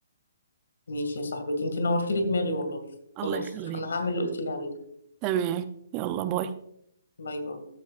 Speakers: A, on the left; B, on the right.
A: ماشي يا صاحبتي انتي نورتي لي دماغي والله
B: الله
A: خلاص
B: يخليك
A: أنا هعمل اللي قلتي لي عليه ده
B: تمام يلا باي
A: باي باي